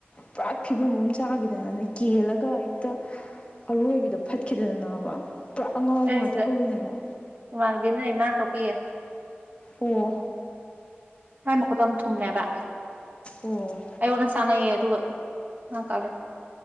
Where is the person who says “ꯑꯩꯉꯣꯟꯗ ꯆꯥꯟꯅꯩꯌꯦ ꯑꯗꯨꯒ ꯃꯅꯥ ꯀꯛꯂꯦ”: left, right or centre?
Right